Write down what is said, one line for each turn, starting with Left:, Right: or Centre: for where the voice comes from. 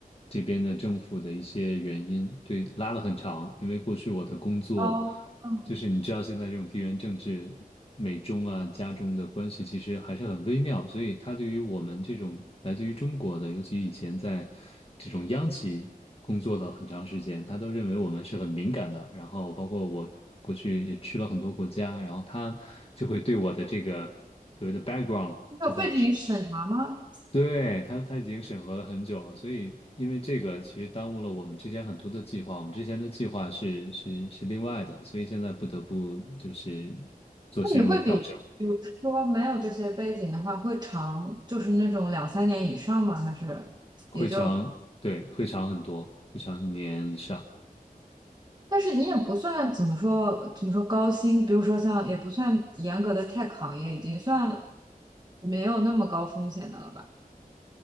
Left: 这边的政府的一些原因，对，拉了很长。因为过去我的工作。
Right: 哦，嗯，
Left: 就是你知道现在这种地缘政治，美中啊、加中的关系其实还是很微妙，所以他对于我们这种来自于中国的，尤其以前在这种央企工作了很长时间，他都认为我们是很敏感的。然后包括我过去也去了很多国家，然后他就会对我的这个所谓的 background，
Right: 有背景审查吗？
Left: 他在对，他他已经审核了很久了，所以因为这个其实耽误了我们之前很多的计划，我们之前的计划是是是另外的，所以现在不得不就是做相应的调整，
Right: 那你会比，比如说没有这些背景的话，会长，就是那种两三年以上吗？还是也就？
Left: 会长，对，会长很多，会长一年以上，
Right: 但是你也不算怎么说怎么说高薪，比如说像也不算严格的 tech 行业，已经算没有那么高风险的了吧？